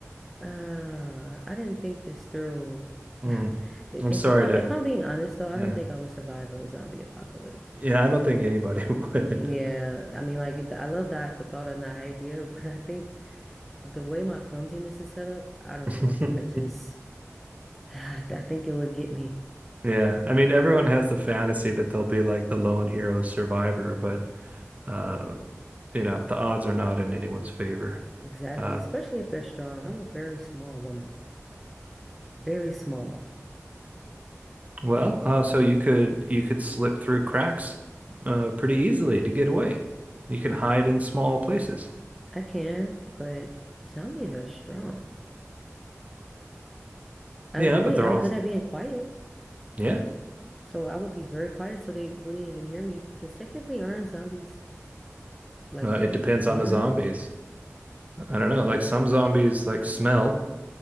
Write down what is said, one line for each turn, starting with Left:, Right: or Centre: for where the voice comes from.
Centre: Uh, I didn't think this through.
Right: Hmm.
Centre: <laughs> If
Right: I'm sorry
Centre: if I
Right: to
Centre: if I'm being honest though, I
Right: yeah
Centre: don't think I would survive a zombie apocalypse.
Right: yeah I don't think anybody <laughs> would.
Centre: Yeah, I mean, like, it- I love that the thought and the idea, <laughs> but I think the way my clumsiness is set up, I don't
Right: <laughs>
Centre: know. I just, <sighs> I think it would get me.
Right: Yeah, I mean, everyone has the fantasy that they'll be like the lone hero survivor, but uh, you know, the odds are not in anyone's favor.
Centre: Exactly.
Right: Uh,
Centre: Especially if they're strong. I'm a very small woman, very small.
Right: well, uh, so you could you could slip through cracks uh, pretty easily to get away. You can
Centre: I,
Right: hide
Centre: c-
Right: in small places.
Centre: I can, but zombies are strong. And
Right: Yeah,
Centre: wait,
Right: but they're
Centre: I'm
Right: all
Centre: good at being quiet.
Right: yeah.
Centre: So I would be very quiet so they wouldn't even hear me because technically aren't zombies like
Right: Uh, it
Centre: deaf,
Right: depends
Centre: blind?
Right: on the zombies. I don't know. Like some zombies like smell.